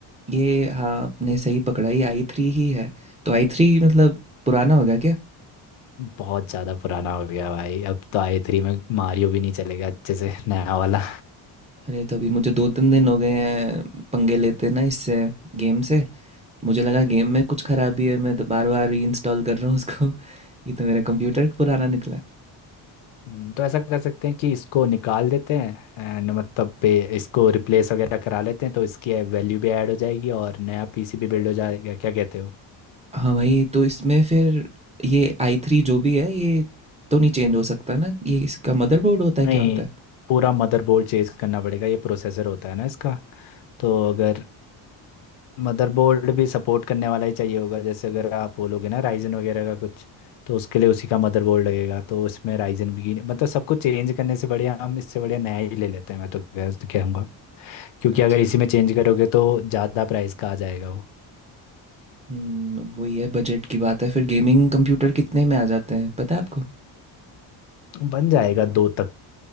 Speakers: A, on the right; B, on the left.
A: ये हाँ आपने सही पकड़ा ये आई थ्री ही है तो आई थ्री मतलब पुराना हो गया
B: बहुत ज़्यादा पुराना हो गया भाई अब तो आई थ्री में मारियो भी नहीं चलेगा अच्छे से नया वाला
A: अरे तो अभी मुझे 2-3 दिन हो गए हैं पंगे लेते ना इससे गेम से मुझे लगा गेम में कुछ खराबी है मैं तो बार बार रीइंस्टॉल कर रहा हूँ उसको <laughs> ये तो मेरा कंप्यूटर पुराना निकला
B: हम्म, तो ऐसा कर सकते हैं कि इसको निकाल देते हैं एंड मतलब पे इसको रिप्लेस वगैरह करा लेते हैं तो इसकी वैल्यू भी ऐड हो जाएगी और नया पीसीबी बिल्ड हो जाएगा क्या कहते हो
A: हाँ भाई तो इसमें फिर ये आई थ्री जो भी है ये तो नहीं चेंज हो सकता ना ये इसका मदरबोर्ड होता है
B: नहीं
A: क्या होता है
B: पूरा मदरबोर्ड चेंज करना पड़ेगा ये प्रोसेसर होता है ना इसका तो अगर मदरबोर्ड भी सपोर्ट करने वाला ही चाहिए होगा जैसे अगर आप बोलोगे ना राइजन वगैरह का कुछ तो उसके लिए उसी का मदरबोर्ड लगेगा तो इसमें राइजन भी मतलब सब कुछ चेंज करने से बढ़िया हम इससे बढ़िया नया ही ले लेते हैं मैं तो कह कहूँगा क्योंकि
A: अच्छा
B: अगर इसी में चेंज करोगे तो ज़्यादा प्राइस का आ जाएगा वो
A: हम्म अब वही है बजट की बात है फिर गेमिंग कंप्यूटर कितने में आ जाते हैं पता है आपको
B: बन जाएगा दो तक